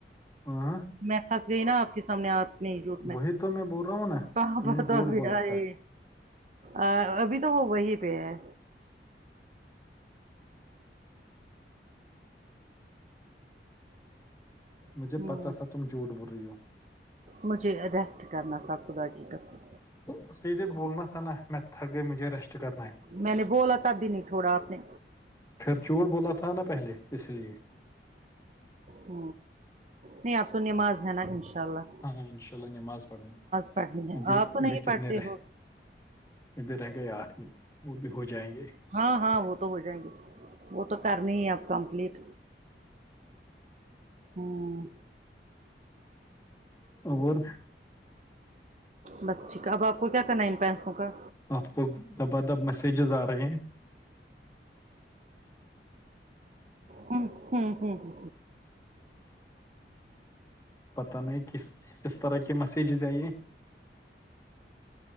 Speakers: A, on the left; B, on the right.
A: ہاں
B: میں پھنس گئی نا آپ کے سامنے آپ نے جوٹ میں
A: وہی تو بول رہا ہوں نا
B: کہاں
A: تم نے
B: پتا
A: جھوٹ
B: ب
A: بولا
B: ہے
A: تھا
B: ا ابھی تو وہ وہی پہ ہے
A: مجھے
B: ہم،
A: پتہ تھا تم جھوٹ بول رہی ہو
B: مجھے ریسٹ کرنا تھا خدا کی قسم
A: تو سیدھے بولنا تھا نا میں تھک گئ مجھے ریسٹ کرنا ہے
B: میں نے بولا تب بھی نہیں چھوڑا آپ نے
A: پھر چور بولا تھا نا پہلے اس لیے
B: ہ نہیں اب تو نماز ہے نا انشاء اللہ
A: ہاں ہاں انشاء اللہ نماز پڑھنا
B: پڑھنی ہے
A: ابھی
B: آپ
A: ابھی
B: نہیں
A: کتنے
B: پڑھتے
A: رہ
B: ہو
A: ا بھی رہ گئے آٹھ وہ بھی ہو جائیں گے
B: ہاں ہاں وہ تو ہو جائیں گے وہ تو کرنے ہی ہے اب کمپلیٹ ہو ں
A: اور
B: بس ٹھیک ہے اب آپ کو کیا کرنا ہے ان پینسوں کا
A: اب تو دبادب میسجز آ رہے ہیں
B: ہ ہوں ہوں ہ
A: پتہ نہیں کس کس طرح کے میسیجز آئی ہیں